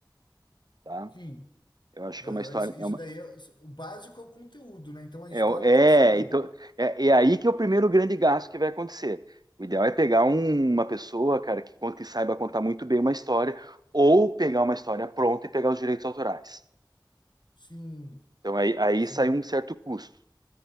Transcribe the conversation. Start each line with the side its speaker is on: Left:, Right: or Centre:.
Right: tá?
Left: Sim.
Right: Eu acho
Left: Aham,
Right: que é uma história
Left: isso, isso
Right: é uma-
Left: daí, é- isso- o básico é o conteúdo, né? Então a
Right: é,
Left: história tem
Right: é,
Left: que ser boa.
Right: então é, é aí que é o primeiro grande gasto que vai acontecer. O ideal é pegar um- uma pessoa, cara, que conta e saiba contar muito bem uma história, ou pegar uma história pronta e pegar os direitos autorais.
Left: Sim,
Right: Então aí, aí
Left: sim.
Right: sai um certo custo,